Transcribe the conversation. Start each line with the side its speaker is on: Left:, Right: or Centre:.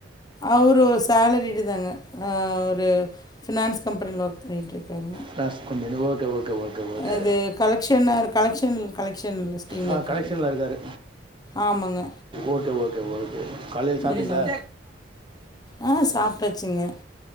Left: அவரு சேலரிடு தாங்க ஆ ஒரு ஃபினான்ஸ் கம்பெனில ஒர்க் பண்ணிட்ருக்காரு
Right: ப்ளாஸ் company okay okay okay okay okay
Left: இது கலெக்ஷனர் கலெக்ஷன் கலெக்ஷன் ஸ்டீமில்
Right: ஆ
Left: இருக்காரு
Right: கரெக்சன்ல இருக்காரு
Left: ஆமாங்க
Right: ஓகே ஓகே ஓகே காலையில சாப்ட்டிங்ளா
Left: ம் ஆ சாப்ட்டாச்சிங்க